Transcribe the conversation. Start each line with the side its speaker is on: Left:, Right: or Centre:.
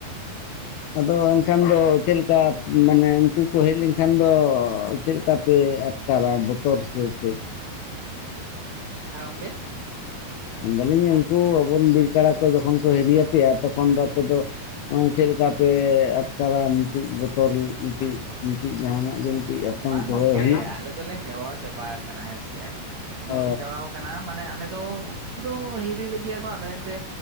Left: ᱟᱫᱚ ᱮᱱᱠᱷᱟᱱ ᱫᱚ ᱪᱮᱫᱞᱠᱟ ᱢᱟᱱᱮ ᱩᱝᱠᱩ ᱠᱚ ᱦᱮᱡ ᱞᱮᱱᱠᱷᱟᱱ ᱫᱚ ᱪᱮᱫᱞᱠᱟ ᱯᱮ ᱠᱟᱨᱟ ᱵᱚᱛᱚᱨ ᱥᱮ ᱪᱮᱫ?
Right: ᱦᱮᱸ ᱜᱚᱝᱠᱮ
Left: ᱢᱮᱱᱫᱟᱞᱤᱧ ᱩᱱᱠᱩ ᱟᱵᱚᱨᱮᱱ ᱵᱤᱨ ᱠᱟᱲᱟ ᱠᱚ ᱡᱚᱠᱷᱚᱱ ᱠᱚ ᱦᱤᱨᱤᱭ ᱟᱯᱮᱭᱟ ᱛᱚᱠᱷᱚᱱ ᱫᱚ ᱟᱯᱮ ᱫᱚ ᱚᱸ ᱪᱮᱫ ᱞᱮᱠᱟ ᱯᱮ ᱟᱴᱟᱨᱟ ᱢᱤᱴᱤᱡ ᱵᱚᱛᱚᱨ ᱢᱤᱴᱤᱡ ᱢᱤᱫᱴᱤᱡ ᱡᱟᱦᱟᱱᱟᱜ ᱜᱮ ᱢᱤᱫᱴᱤᱡ ᱟᱛᱚᱝᱠᱚ
Right: ᱵᱟᱝ ᱜᱚᱝᱠᱮ
Left: ᱦᱩᱭᱩᱜ
Right: ᱟᱞᱮ ᱫᱚᱞᱮ ᱦᱮᱣᱟ ᱪᱟᱵᱟ ᱟᱠᱟᱱᱟ ᱦᱮᱸ ᱥᱮ ᱮᱢᱚᱱ
Left: ᱚ
Right: ᱞᱮ ᱦᱮᱣᱟᱣᱟ ᱠᱟᱱᱟ ᱢᱟᱱᱮ ᱟᱞᱮ ᱫᱚ ᱩᱝᱠᱩ ᱫᱚ ᱦᱤᱨᱤ ᱞᱮᱜᱮᱭᱟ ᱠᱚ ᱟᱫᱚ ᱮᱱᱛᱮ